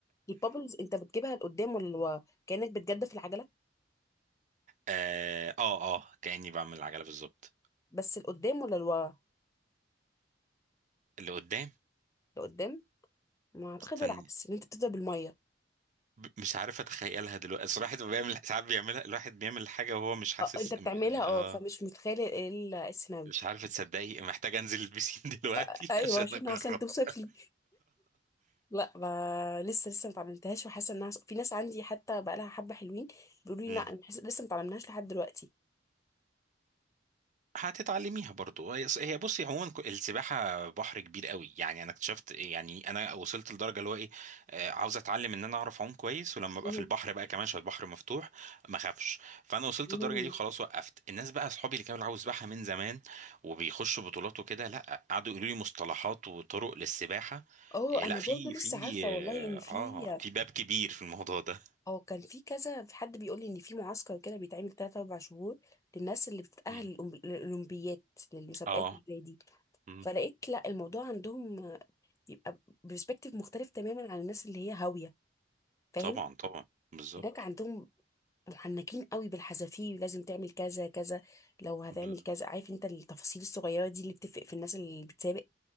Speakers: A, on the left; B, on the right.
A: البابلز انت بتجيبها لقدام ولا لورا كانك بتجدف العجله
B: اه اه آه، كاني بعمل العجله بالظبط
A: بس لقدام ولا لورا
B: اللي قدام
A: لقدام ما اعتقد
B: استني
A: العكس ان انت بتبدا بالميه
B: ب- مش عارف اتخيلها دلوقتي الصراحه الواحد بيعمل ساعات بيعملها الواحد بيعمل حاجه وهو مش حاسس
A: اه انت بتعملها
B: اه
A: اه فمش متخيله ايه ال- السيناريو
B: مش عارف تصدقي محتاج انزل البسين <laughs> دلوقتي
A: آه، آه، ايوه
B: عشان
A: عشان
B: اجرب
A: عشان توصف
B: <laughs>
A: لي لا ما لسه لسه ما اتعلمتهاش وحاسه انها في ناس عندي حتى بقى لها حبه حلوين بيقولوا
B: مم.
A: لي لا انا حاسة- لسه ما اتعلمناهاش لحد دلوقتي
B: هتتعلميها برضو هي هي بصي عموما ك- السباحه بحر كبير قوي يعني انا اكتشفت إيه، يعني انا وصلت لدرجه اللي هو ايه آه، عاوز اتعلم ان انا اعرف اعوم كويس ولما ابقى
A: مهم.
B: في البحر بقى كمان عشان البحر مفتوح ما اخافش فانا وصلت
A: مهم.
B: للدرجه دي وخلاص وقفت الناس بقى اصحابي اللي كانوا عاوز سباحه من زمان وبيخشوا بطولات وكده لا قعدوا يقولوا لي مصطلحات وطرق للسباحه
A: اه
B: إيه،
A: انا
B: لا في
A: برضه لسه
B: في
A: عارفه
B: اه
A: والله ان في
B: آه، في باب كبير في الموضوع ده
A: اه كان في كذا في حد بيقول لي ان في معسكر كده بيتعمل 3 4 شهور للناس اللي بتتاهل
B: مم.
A: للأولمب- للاولمبيات للمسابقات
B: اه
A: اللي زي دي
B: مم.
A: فلقيت لا الموضوع عندهم بيبقى برسبكتيف مختلف تماما عن الناس اللي هي هاوية فاهم
B: طبعا طبعا بالظبط
A: هناك عندهم محنكين قوي بالحذافير لازم تعمل كذا كذا لو هتعمل
B: بال-
A: كذا عارف انت التفاصيل الصغيرة دي اللي بتفرق في الناس اللي بتسابق